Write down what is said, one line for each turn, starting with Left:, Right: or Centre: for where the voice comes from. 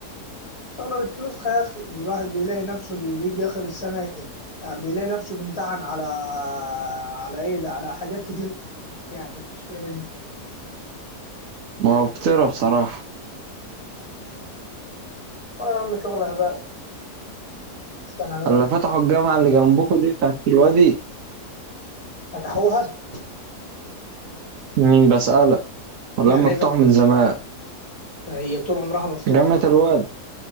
Left: شغل بالتوسخ يا أخي الواحد بيلاقي نفسه بي- بيجي آخر السنة ي- يعني بيلاقي نفسه بيمتحن على على إيه ده على حاجات كتير يعني ما انتش فاهم انت
Right: موفرة بصراحة
Left: آه يا عم شغل هباب السنة عملوا
Right: اللي
Left: إيه
Right: فتحوا الجامعة اللي جنبكم دي بتاعت الوادي
Left: فتحوها
Right: مم، بسألك ولا
Left: يعني
Right: هم
Left: ليه
Right: فتحوا
Left: فتحوا
Right: من زمان
Left: هي طول عمرها مفتوحة
Right: جامعة الوادي